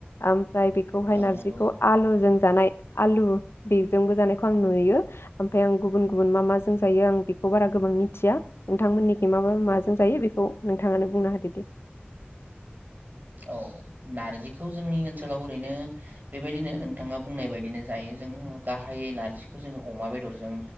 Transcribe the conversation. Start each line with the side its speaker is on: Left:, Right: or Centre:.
Left: आम फ्राय बेखौहाय नारजिखौ
Right: औ नंगौ
Left: आलुजों जानाय आलु बेजोंबो जानायखौ आं नुयो ओमफ्राय आं गुबुन गुबुन मा माजों जायो आं बेखौ बारा गोबां मिथिया नोंथांमोननिखै मा माजों जायो बेखौ नोंथाङानो बुंना होदो दे।
Right: औ नारजिखौ जोंनि ओनसोलाव ओरैनो बेबायदिनो नोंथाङा बुंनाय बायदिनो जायो जोङो गाहायै नार्जिखौ जोङो अमा बेदरजों